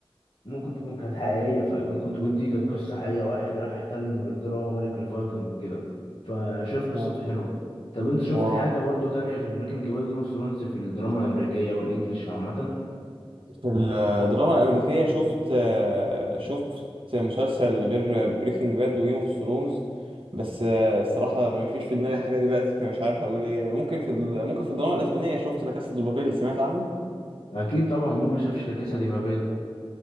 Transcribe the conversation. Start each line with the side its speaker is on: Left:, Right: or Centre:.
Left: ممكن تكون كانت حقيقيه فممكن تكون دي كانت قصه حقيقيه واحد راح احتل انجلترا وهو ملك الفايكنج وكده فشاف قصته
Right: واو
Left: حلوه طب انت شفت
Right: واو
Left: حاجه برضو تانية غير بريكنج باد وجيم اوف ثرونز في الدراما الامريكيه او الانجليش عامه
Right: في الدراما الأمريكية شفت آه، شفت مسلسل غير بريكنج باد وجيم اوف ثرونز بس آه، الصراحة مفيش في دماغي حاجة دلوقتي فمش عارف أقول إيه يعني ممكن في ال- ممكن في الدراما الأسبانية شفت لا كاسا دي بابيل اللي سمعت عنه
Left: اكيد طبعا مين ما شافش لا كاسا دي بابيل